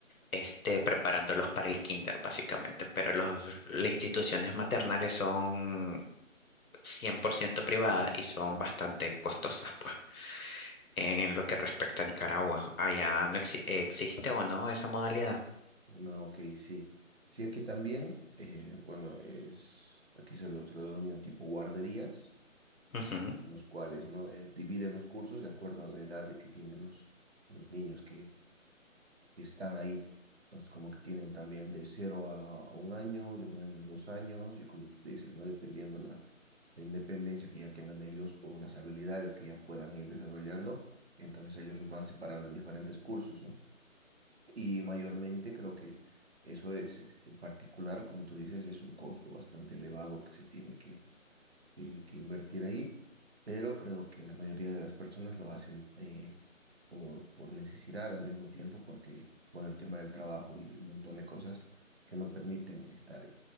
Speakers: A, on the left; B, on the right.
A: este, preparándolos para el kinder, básicamente. Pero los, las instituciones maternales son 100% privadas y son bastante costosas, pues, en lo que respecta a Nicaragua. Allá no exi- existe o no esa modalidad.
B: No, ok, sí. Sí, aquí también, eh, bueno, es, aquí se lo, se lo denomina tipo guarderías,
A: Ujú,
B: en los cuales, ¿no? Eh, dividen los cursos de acuerdo a la edad de que tienen los, los niños que, y están ahí. Entonces, como que tienen también de cero a, a un año, de un año a dos años, y como tú dices, ¿no? Dependiendo la, la independencia que ya tengan ellos o las habilidades que ya puedan ir desarrollando, entonces ellos los van separando en diferentes cursos, ¿no? Y mayormente creo que eso es, este, en particular, como tú dices, es un costo bastante elevado que se tiene que, que, que invertir ahí, pero creo que la mayoría de las personas lo hacen eh, por, por necesidad al mismo tiempo, porque, bueno, el tema del trabajo y un montón de cosas que no permiten estar